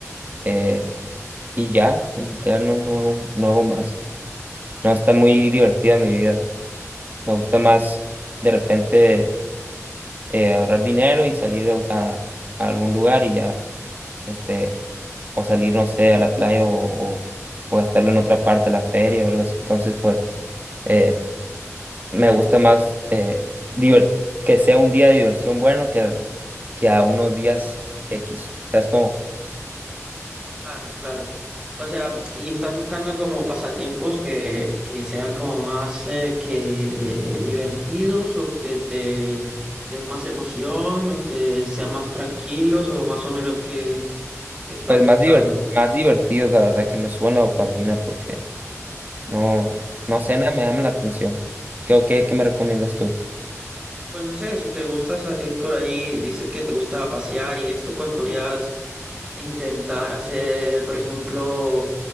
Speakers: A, on the right; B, on the right.
A: eh, y ya, literal, no, no hago, no hago más. No, está muy divertida mi vida. Me gusta más de repente eh, ahorrar dinero y salir a, a algún lugar y ya, este o salir, no sé, a la playa o, o, o gastarlo en otra parte, a la feria o algo así. Entonces, pues, eh, me gusta más eh, diver- que sea un día de diversión bueno que, que a unos días X. O sea, es como,
B: Claro, claro. O sea, y estás buscando como pasatiempos que, que sean como más eh, que de- divertidos o que te den más emoción o que sean más tranquilos o más o menos que, que estás
A: pues,
B: buscando.
A: más diver- más divertido, la verdad, que me suban la dopamina porque no, no sé, nada me llama la atención. ¿Qué, o qué, qué me recomiendas tú?
B: Pues no sé, si te gusta salir por allí, dices que te gusta pasear y esto, pues podrías intentar hacer, por ejemplo,